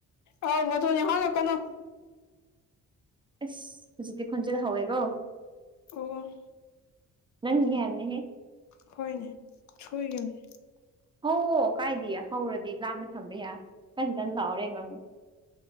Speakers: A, on the left; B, on the right.
A: ꯑꯥꯏ ꯃꯗꯨꯗꯤ ꯍꯥꯥꯏꯔꯛꯀꯅꯨ
B: ꯏꯁ ꯍꯨꯖꯤꯛꯇꯤ ꯈꯣꯟꯖꯦꯜ ꯍꯧꯋꯦꯀꯣ
A: ꯑꯣꯋꯥꯏ
B: ꯅꯪꯒꯤ ꯍꯥꯏꯕꯅꯦꯍꯦ
A: ꯍꯣꯏꯅꯦꯍꯦ ꯁꯣꯏꯒꯤꯕꯅꯦ
B: ꯍꯧꯑꯣ ꯀꯥꯏꯗꯤꯌꯦ ꯍꯧꯔꯗꯤ ꯂꯥꯞꯅ ꯊꯝꯕ ꯌꯥꯏ ꯀꯟ ꯀꯟꯅ ꯂꯥꯎꯔ ꯍꯦꯛ ꯉꯥꯡꯉꯛꯑꯣ